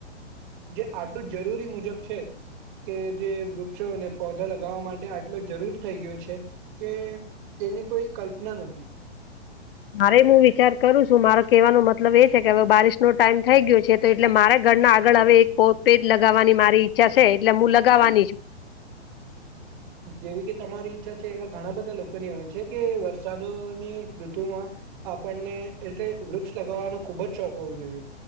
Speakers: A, on the right; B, on the left.
A: જે આટલું જરૂરી મુજબ છે. કે જે વૃક્ષોને પૌધા લગાવવા માટે આટલો જરૂર થઈ ગયો છે, તે તેની કોઈ કલ્પના નથી.
B: મારે હું વિચાર કરું છું મારો કેવાનો મતલબ એ છે, કે હવે બારિશ નો ટાઈમ થઈ ગયો છે. તો એટલે મારે ઘર ના આગળ હવે એક પો પેદ લગાવવાની મારી ઈચ્છા છે, એટલે મુ લગાવવાની છું
A: જેવી કે તમારી ઈચ્છા છે, એવા ઘણા બધા લોકોની હોય છે, કે વરસાદોની ઋતુમાં આપણને એટલે વૃક્ષ લગાવવાનો ખુબ જ શોખ હોવો જોઈએ.